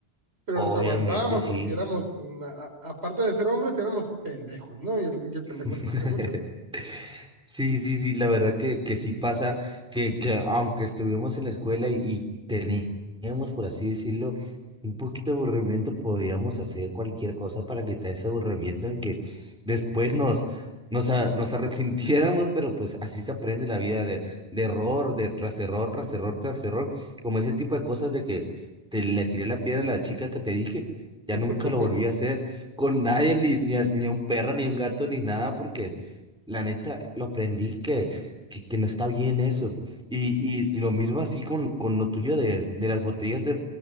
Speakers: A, on the right; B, in the centre.
A: pero
B: obviamente
A: nos aguantábamos
B: sí.
A: porque éramos, una- a- aparte de ser hombres, éramos pendejos, ¿no? Y el, y el pendejo
B: <laughs>
A: resiste mucho.
B: Sí, sí, sí, la verdad que, que sí pasa, que, que aunque estuvimos en la escuela y, y teníamos, por así decirlo, un poquito de aburrimiento, podíamos hacer cualquier cosa para quitar ese aburrimiento en que después nos, nos, a- nos <laughs> arrepintiéramos, pero pues así se aprende la vida de, de error, de tras error, tras error, tras error, como ese tipo de cosas de que te le tiré la piedra a la chica que te dije, ya
A: <laughs>
B: nunca lo volví a hacer con nadie, ni, ni a, ni a un perro, ni a un gato, ni nada, porque... La neta, lo aprendí que, que, que no está bien eso. Y, y, y lo mismo así con, con lo tuyo de, de las botellas de,